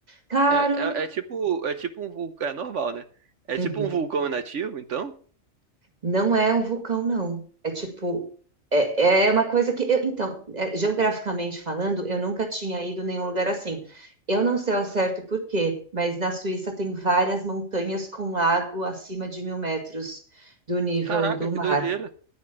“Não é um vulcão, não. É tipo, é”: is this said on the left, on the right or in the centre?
Right